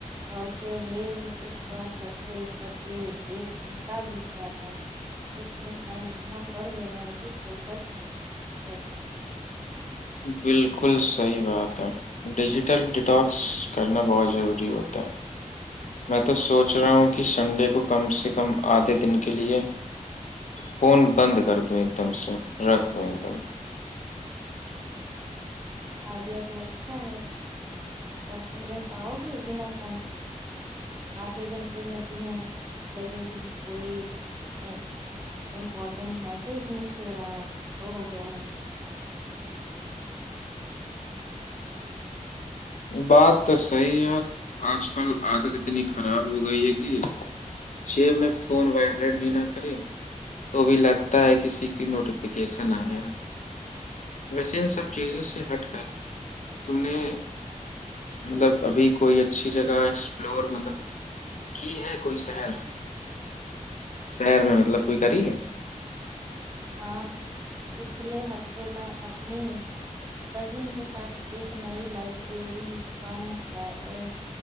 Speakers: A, on the right; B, on the left.
A: اور پھر ریل اسکرال کرتے کرتے ایک گھنٹ بیت جاتا ہے اسکرین ٹائم اتنا بڑھ گیا ہے کہ فوکس ہی نہیں رہتا
B: بالکل صحیح بات ہے ڈیجیٹل ڈٹاکس کرنا بہت ضروری ہوتا ہے میں تو سوچ رہا ہوں کہ سنڈے کو کم سے کم آدھے دن کے لئے فون بند کر د ایک دم سے رکھ دوں ایک دم
A: آئیڈیا تو اچھا ہے پر تم رہ پاؤ گے بنا فون کے آدھے گھنٹے میں تمہیں لگے گا کہ کوئی ا امپورٹنٹ میسز مس ہو رہا ہے وہ ہو گیا ہے
B: بات تو صحیح یار آج کل عادت اتنی خراب ہو گئی ہے کہ جی میں فون وائبریٹ بھی نہ کرے تو بھی لگتا ہے کسی کی نوٹیفیکیشن آئے ویسے ان سب چیزوں سے ہٹ کر تم نے مطلب ابھی کوئی اچھی جگہ ایکسپلور مطلب کی ہے کوئی شہر شہر میں مطلب کوئی کری ہے
A: ہاں پچھلے ہفتے میں اپنی کزن کے ساتھ ایک نئی لائبریری کم پر